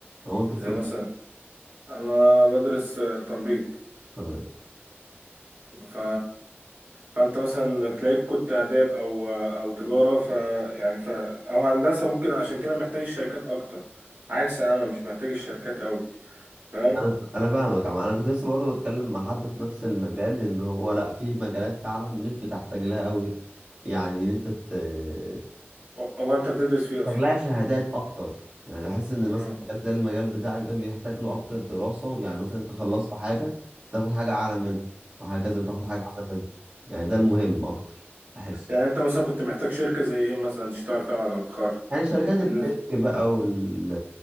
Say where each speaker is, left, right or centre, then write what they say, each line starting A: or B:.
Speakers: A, on the right (about 25°); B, on the right (about 45°).
A: هو انت
B: زي
A: في كل
B: مثلا انا بدرس آه، تمريض
A: كمان
B: ف فانت مثلا تلاقيك كنت آداب او او تجارة ف يعني ف او هندسة ممكن عشان كده محتاج الشركات اكتر عكس انا مش محتاج الشركات قوي فاهم
A: انا انا فاهمك عم. انا كنت لسه برضه بتكلم مع حد في نفس المجال ان هو لا في مجالات فعلا مش بتحتاج لها قوي يعني ان انت ت-
B: هو هو انت بتدرس فيه اصلا
A: محتاج لها شهادات اكتر يعني بحس ان
B: مم.
A: مثلا مجال زي المجال بتاعك ده بيحتاج له اكتر دراسة يعني مثلا انت خلصت حاجة تاخد حاجة اعلى منها وهكذا بتاخد حاجة اعلى منها يعني ده المهم اكتر بحس
B: يعني انت مثلا كنت محتاج شركة زي ايه مثلا تشتغل فيها بعد ما تتخرج
A: يعني شركات
B: بالنسبة
A: التك بقى وال